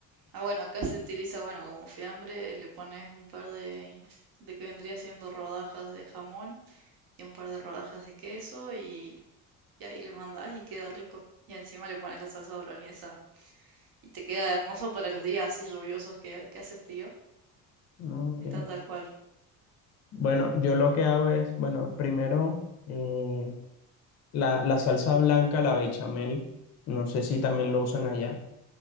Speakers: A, on the right (about 50°); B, on the left (about 35°).
A: Ah, bueno, acá se utiliza, bueno, como fiambre, le pones un par de, de que vendría siendo rodajas de jamón y un par de rodajas de queso y, Y ahí le mandás y queda rico. Y encima le pones la salsa boloñesa. Y te queda hermoso para los días así lluviosos que, que hace frío.
B: Ok.
A: Está tal cual.
B: Bueno, yo lo que hago es, bueno, primero, eh, la, la salsa blanca, la bechamel, no sé si también lo usan allá.